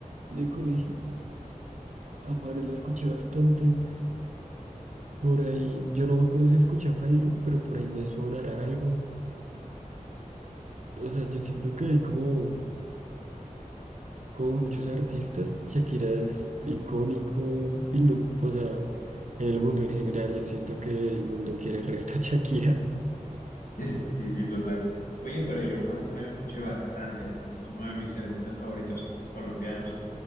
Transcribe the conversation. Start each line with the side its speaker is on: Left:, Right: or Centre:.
Right: de colegio. A Juanes lo escuché bastante. Por ahí, yo no me acuerdo si escuché a Farilu, pero por ahí me sonará algo. O sea, yo siento que hay como como muchos artistas, Shakira es icónico, y no- o sea, en el mundo en general, yo siento que el mundo quiere el resto a Shakira. <laughs>
Left: <laughs> Sí, sí, total. Oye, pero yo Juan Esteban lo escuché bastante, bastante. Es uno de mis artistas favoritos colombianos,